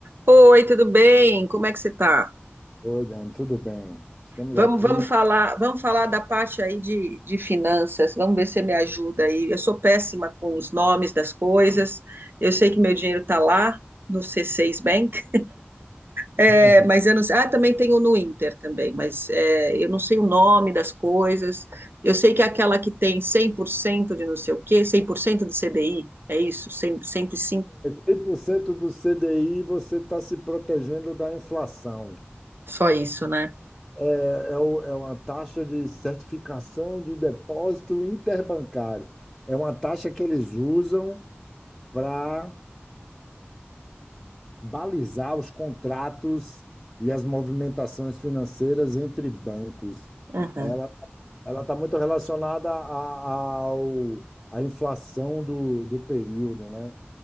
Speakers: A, on the right; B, in the centre.
A: Oi, tudo bem? Como é que você está?
B: Oi, Dan, tudo bem? Estamos
A: Vamos,
B: aqui.
A: vamos falar, vamos falar da parte aí de, de finanças. Vamos ver se você me ajuda aí. Eu sou péssima com os nomes das coisas. Eu sei que meu dinheiro está lá no C6 Bank, é,
B: <laughs>
A: mas eu não sei. Ah, também tenho no Inter também, mas é, eu não sei o nome das coisas. Eu sei que é aquela que tem 100% de não sei o quê, 100% do CDI, é isso? 100, cinco.
B: 100% do CDI você está se protegendo da inflação.
A: só isso, né?
B: É, é o- é uma taxa de certificação de depósito interbancário. É uma taxa que eles usam para balizar os contratos e as movimentações financeiras entre bancos.
A: Uhum.
B: Ela ela está muito relacionada a- a- ao, à inflação do, do período, né?